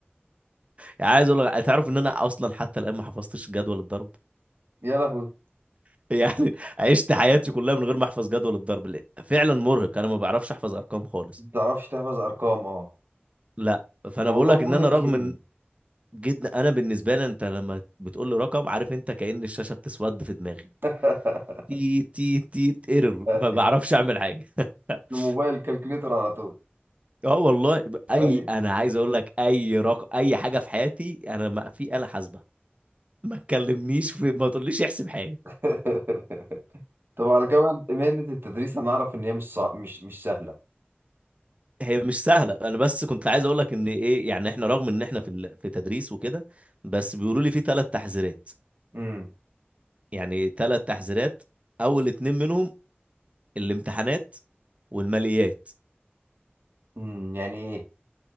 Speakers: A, on the right; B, on the right.
A: يعني عايز اقول لك تعرف ان انا اصلا حتى الان ما حفظتش جدول الضرب
B: يا لهوي ما
A: <laughs> يعني عشت حياتي كلها من غير ما احفظ جدول الضرب لأ، فعلا مرهق انا ما بعرفش احفظ ارقام خالص
B: بتعرفش تحفظ ارقام اه
A: لا فانا
B: الموضوع
A: بقول لك
B: مرهق
A: ان انا رغم
B: ذهني
A: ان جدا انا بالنسبه لي انت لما بتقول لي رقم عارف انت كأن الشاشه بتسود في دماغي
B: <laughs>
A: تي تي تي ايرور
B: أيوة.
A: ما بعرفش اعمل حاجه <laughs>
B: الموبايل كالكوليتر على طول
A: اه والله اي
B: ايوه
A: انا عايز اقول لك اي رقم اي حاجه في حياتي انا ما في آلة حاسبه ما تكلمنيش في ما تقوليش احسب حاجه
B: <laughs> طب على كده بقى مهنة التدريس هنعرف ان هي مش صع... مش مش سهلة
A: هي مش سهله انا بس كنت عايز اقول لك ان ايه يعني احنا رغم ان احنا في ال... في تدريس وكده بس بيقولوا لي في ثلاث تحذيرات
B: امم
A: يعني ثلاث تحذيرات اول اتنين منهم الامتحانات والماليات
B: امم يعني ايه